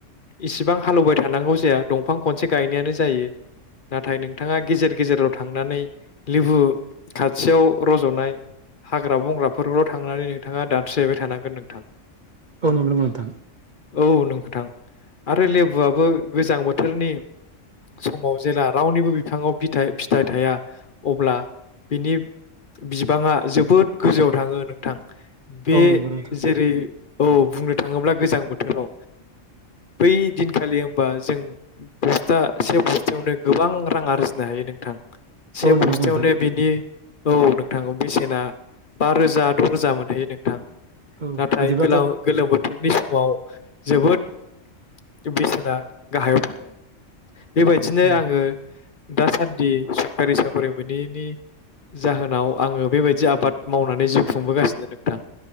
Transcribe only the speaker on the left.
इसिबां हालेवबाय थानांगौ जाया दंफां खनसे गायनायानो जायो नाथाय नोंथाङा गेजेर गेजेरद थांनानै लेबु खाथियाव रज'नाय हाग्रा बंग्रा फोरग्र थांनानै नोंथाङा दानस्रिहैबाय थानांगोन नोंथां
औ नोंथां आरो लेबुआबो गोजां बोथोरनि समाव जेला रावनिबो बिथाङाव बिथाय फिथाइ थाया अब्ला बिनि बिबाङा जोबोद गोजौ थाङो नोंथां। बे
जेरै औ बुंनो थाङोब्ला गोजां बोथोराव बै दिनखालि होनबा जों बस्था से बस्थायावनो गोबां रां आरजिनो हायो नोंथां। से
बस्थायावनो
बेनि औ नोंथां औ बेसेना बा रोजा द' रोजा मोनहोयो नोंथां।
नाथाय
गोलाव गोलोम बोथोर नि समाव जोबोद ओ बेसेना गाहायाव थाङो। बेबायदिनो
आङो दासान्दि सरखारि साकरि मोनैनि जाहोनाव आङो बेबायदि आबाद मावनानै जिउ खुंबोगासिनो नोंथां।